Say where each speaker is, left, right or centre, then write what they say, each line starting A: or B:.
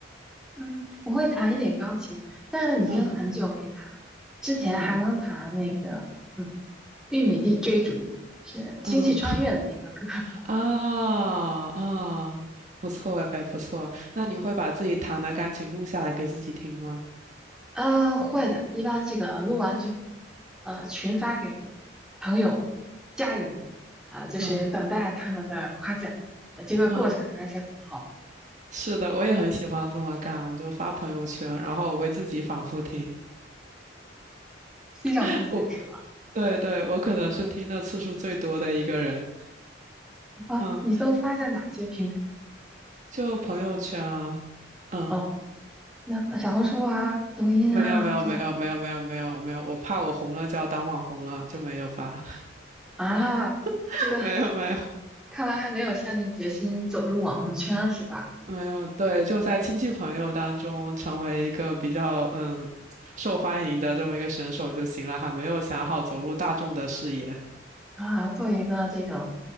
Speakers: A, in the centre; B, on the right.
A: 嗯，我会弹一点钢琴，但是已经很久没弹了。
B: 嗯
A: 之前还能弹那个，
B: 嗯
A: 嗯，《玉米地追逐》是《星际穿越》的那个歌。
B: 嗯。
A: <laughs>
B: 啊啊，不错哎，不错。那你会把自己弹的钢琴录下来给自己听吗？
A: 呃，会的，一般这个录完之后，呃，群发给朋友、家人，啊、就是等待他们的夸奖。
B: 嗯
A: 呃这个过程还是很好的，
B: 嗯，是的，我也很喜欢这么干，我就发朋友圈，然后我会自己反复听。
A: 欣赏自己是吧？
B: <laughs> 我对对，我可能是听的次数最多的一个人。
A: 嗯啊，
B: 嗯，
A: 你都发在哪些平台？
B: 就朋友圈啊，嗯，
A: 哦，那小红书啊、抖音啊这种
B: 没有没有没有没有没有没有没有，我怕我红了就要当网红了，就没有发，
A: 啊，
B: <laughs>
A: 这个。
B: 没有没有。
A: 看来还没有下定决心走入网红圈是吧？
B: 没有，对，就在亲戚朋友当中成为一个比较嗯受欢迎的这么一个选手就行了，还没有想好走入大众的视野。
A: 啊，做一个这种